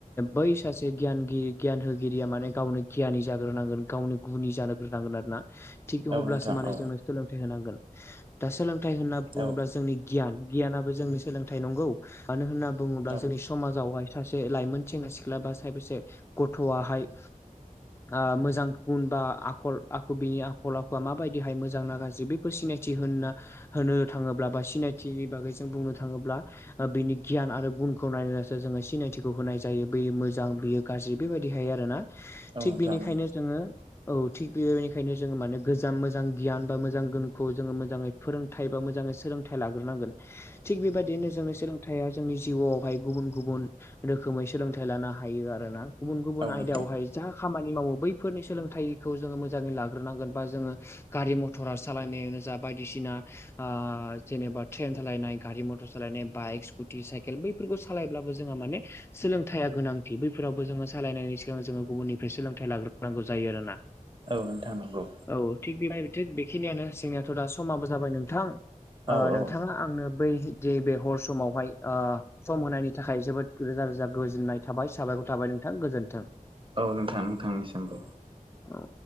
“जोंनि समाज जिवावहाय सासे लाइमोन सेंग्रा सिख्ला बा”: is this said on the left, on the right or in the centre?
Left